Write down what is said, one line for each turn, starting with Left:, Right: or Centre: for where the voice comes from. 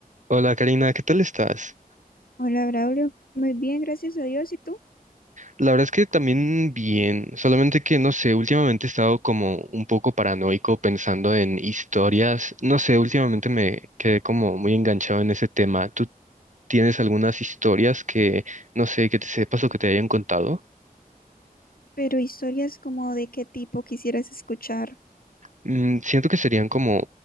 Right: Hola Karina, ¿qué tal estás?
Left: Hola, Braulio. Muy bien, gracias a Dios. ¿Y tú?
Right: La verdad es que también bien, solamente que no sé, últimamente he estado como un poco paranoico pensando en historias, no sé, últimamente me quedé como muy enganchado en ese tema. ¿Tú tienes algunas historias que, no sé, que te sepas o que te hayan contado?
Left: Pero historias como de qué tipo quisieras escuchar.
Right: Mm, siento que serían como,